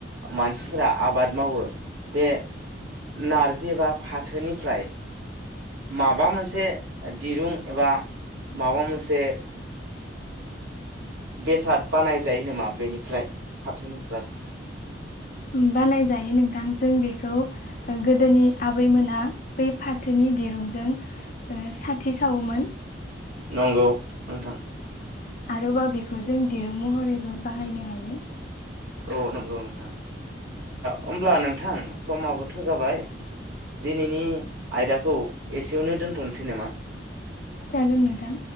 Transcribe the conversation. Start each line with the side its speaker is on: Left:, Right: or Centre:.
Right: मानसिफोरा आबाद मावो बे नारजि एबा फाथोनिफ्राय माबा मोनसे दिरुं एबा माबा मोनसे बेसाद बानायजायो नामा बेनिफ्राय फाथोनिफ्राय
Left: बानायजायो नोंथां जों बेखौ गोदोनि आबैमोना बै फाथोनि दिरुंजों साथि सावोमोन
Right: नंगौ नोंथां
Left: आरोबाव बेखौ जों दिरुं महरैबो बाहायनो हायो
Right: औ नंगौ नोंथां होमब्ला नोंथां समाबोथ' जाबाय दिनैनि आयदाखौ औ एसेयावनो दोन्थ'नोसै नामा?
Left: जागोन नोंथां।